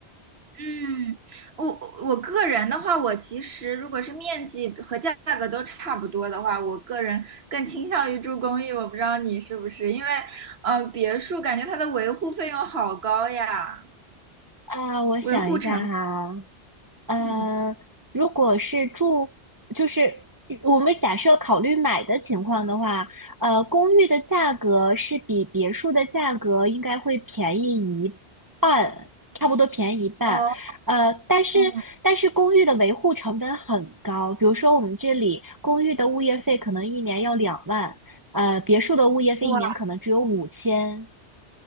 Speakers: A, on the right; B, on the right.
A: 嗯，我我个人的话，我其实如果是面积和价格都差不多的话，我个人更倾向于住公寓。我不知道你是不是，因为呃，别墅感觉它的维护费用好高呀，
B: 啊、我想一下哈，
A: 维护成本。
B: 呃，
A: 嗯，
B: 如果是住，就是我们假设考虑买的情况的话，呃，公寓的价格是比别墅的价格应该会便宜一半，差不多便宜一半。
A: 哦，
B: 呃，但是但是公寓的维护成本很高，
A: 嗯，
B: 比如说我们这里公寓的物业费可能一年要两万，呃，别墅的物业费一年可能只有五千。
A: 哇。